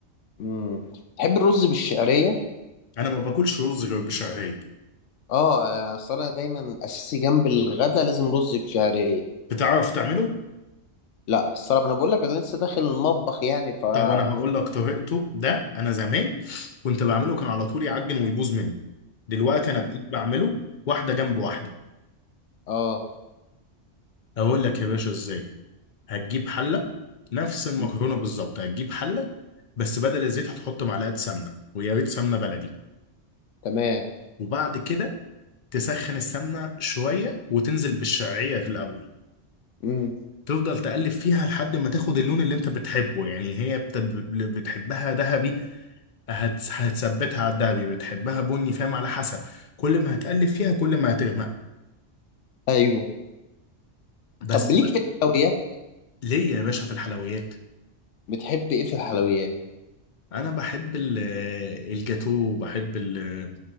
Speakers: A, on the left; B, on the left.
A: امم تحب الرز بالشعريه
B: انا ما باكلش رز غير بشعريه
A: اه اصل انا دايما اساسي جنب الغدا لازم رز بشعريه
B: بتعرف تعمله
A: لا الصراحه انا بقول لك انا لسه داخل المطبخ يعني ف اه
B: طب انا هقول لك طريقته ده انا زمان كنت بعمله كان على طول يعجن ويبوظ مني دلوقتي انا بقيت بعمله واحده جنب واحده
A: اه
B: اقول لك يا باشا ازاي هتجيب حله نفس المكرونه
A: مم،
B: بالظبط هتجيب حله بس بدل الزيت هتحط معلقه سمنه ويا ريت سمنه بلدي
A: تمام
B: وبعد كده تسخن السمنه شويه وتنزل بالشعريه في الاول
A: امم
B: تفضل تقلب فيها لحد ما تاخد اللون اللي انت بتحبه يعني هي بت- بتحبها ذهبي هت- هتثبتها على الذهبي بتحبها بني فاهم على حسب كل ما هتقلب فيها كل ما هتغمق
A: ايوه
B: بس
A: طب ليك
B: بقى
A: في الحلويات
B: ليه يا باشا في الحلويات
A: بتحب ايه في الحلويات
B: انا بحب ال- الجاتو بحب ال-